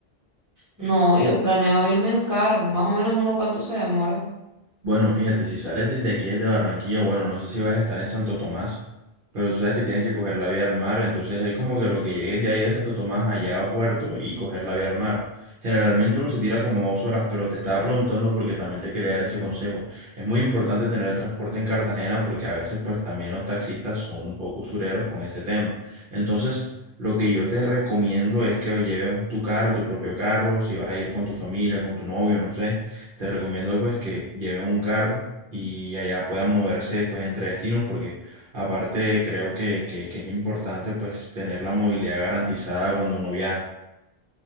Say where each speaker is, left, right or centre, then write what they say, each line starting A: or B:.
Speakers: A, on the right; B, on the right.
A: No, yo planeo irme en carro. Más o menos uno cuánto se demora.
B: Bueno, fíjate, si sales desde aquí, desde Barranquilla, bueno, no sé si vas a estar en Santo Tomás, pero tú sabes que tienes que coger la vía al mar, entonces es como que lo que llegues de ahí de Santo Tomás allá a Puerto y coger la vía al mar. Generalmente uno se tira como dos horas, pero te estaba preguntando porque también te quería dar ese consejo. Es muy importante tener transporte en Cartagena porque a veces pues también los taxistas son un poco usureros con ese tema. Entonces, lo que yo te recomiendo es que lleves tu carro, tu propio carro, si vas a ir con tu familia, con tu novio, no sé te recomiendo pues que lleven un carro y allá puedan moverse después entre destinos porque aparte creo que, que, que es importante pues tener la movilidad garantizada cuando uno viaja.